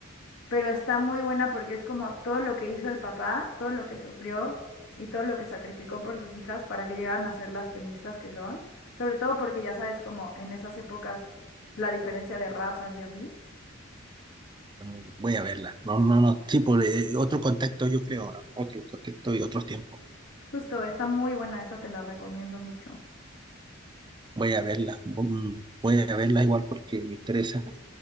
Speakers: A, on the left (about 85°); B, on the right (about 20°).
A: pero está muy buena porque es como todo lo que hizo el papá, todo lo que sufrió y todo lo que sacrificó por sus hijas para que llegaran a ser las tenistas que son, sobre todo porque ya sabes como en esas épocas la diferencia de razas y así.
B: Mm, Voy a verla. No, no, no. Sí, por eh, otro contexto, yo creo, ¿no? Otro contexto y otros tiempos.
A: Justo, está muy buena, esa te la recomiendo mucho.
B: Voy a verla, mm, voy a verla igual porque me interesa.